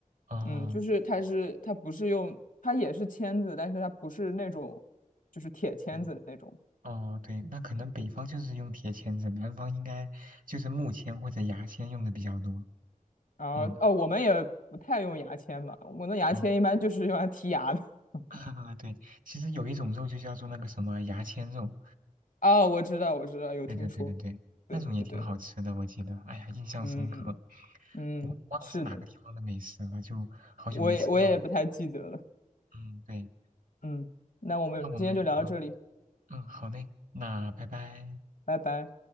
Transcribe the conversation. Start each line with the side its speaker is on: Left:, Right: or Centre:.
Right: 哦，
Left: 嗯，就是它是它不是用它也是签子，但是它不是那种就是铁签子那种。
Right: 嗯哦，对，那可能北方就是用铁签子，南方应该就是木签或者牙签用的比较多，
Left: 啊，
Right: 嗯，
Left: 哦，我们也不太用牙签吧。我们的牙签一般就是用来剔牙的。
Right: 哦，
Left: <laughs>
Right: <laughs> 对，其实有一种肉就叫做那个什么牙签肉，
Left: 哦，我知道，我知道，有听说。
Right: 对对对对对，
Left: 对对对，
Right: 那种也挺好吃的，我记得，哎呀，印象深刻，
Left: 嗯嗯，
Right: 我忘了是哪个地方的美食了，
Left: 是的，
Right: 就好久没吃到了，
Left: 我也我也不太记得了。
Right: 嗯，对。
Left: 嗯，那我们今天就聊到这里，
Right: 那我们嗯嗯好嘞，那拜拜。
Left: 拜拜。